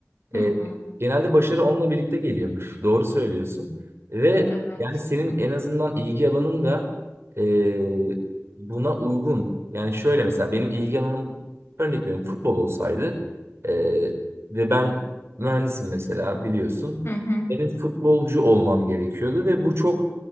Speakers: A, on the right; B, on the left.
A: E,
B: Hı hı.
A: genelde başarı onunla birlikte geliyormuş. Doğru söylüyorsun. Ve
B: Evet.
A: yani senin en azından ilgi alanın da e, buna uygun. Yani şöyle mesela benim ilgi alanım örnek veriyorum futbol olsaydı e, ve ben mühendisim mesela biliyorsun.
B: Hı hı.
A: Benim futbolcu olmam gerekiyordu ve bu çok